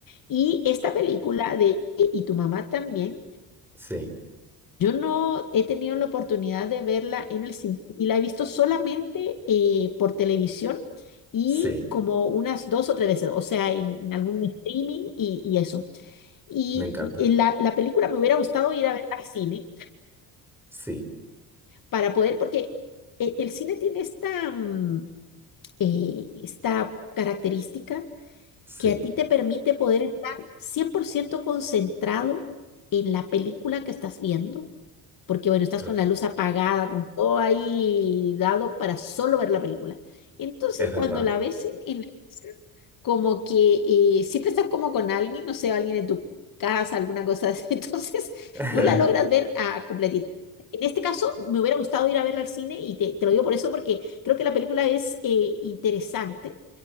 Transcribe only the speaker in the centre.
sí,
sí,
me encanta.
Sí,
sí,
re-
es verdad.
<laughs>